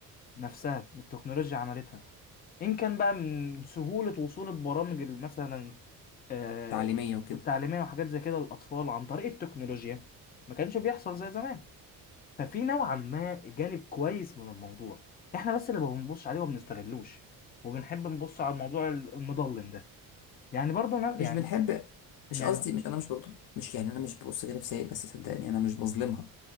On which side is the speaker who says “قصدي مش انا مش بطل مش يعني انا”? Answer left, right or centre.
Left